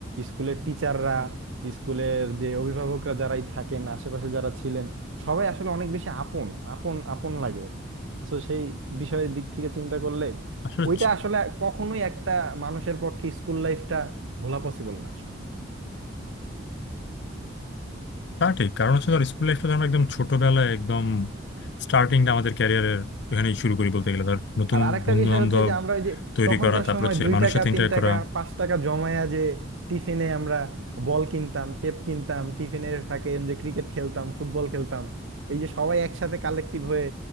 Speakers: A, on the right (about 80°); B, on the left (about 60°).
A: স্কুলের টিচাররা স্কুলের যে অভিভাবকরা যারাই থাকেন আশেপাশে যারা ছিলেন সবাই আসলে অনেক বেশি আপন আপন আপন লাগে আর কি তো সেই বিষয়ের দিক থেকে চিন্তা করলে
B: আসলে
A: ওইটা আসলে কখনোই একটা মানুষের পক্ষে স্কুল লাইফটা ভোলা পসিবল না আসলে।
B: তা ঠিক কারণ হচ্ছে ধর স্কুল লাইফটা আমরা একদম ছোটবেলায় একদম স্টার্টিংটা আমাদের ক্যারিয়ারের এখানেই শুরু করি বলতে গেলে ধর নতুন
A: আর আরেকটা
B: বন্ধু
A: বিষয়
B: বান্ধব
A: হচ্ছে যে আমরা ওই যে
B: তৈরি
A: তখনকার
B: করা তারপর
A: সময়
B: হচ্ছে
A: দুই
B: মানুষের
A: টাকা
B: সাথে ইন্টারেক্ট
A: তিন টাকা
B: করা
A: পাঁচ টাকা জমায়া যে টিফিনে আমরা বল কিনতাম টেপ কিনতাম টিফিনের ফাঁকে এম যে ক্রিকেট খেলতাম ফুটবল খেলতাম এই যে সবাই একসাথে কালেক্টিভ হয়ে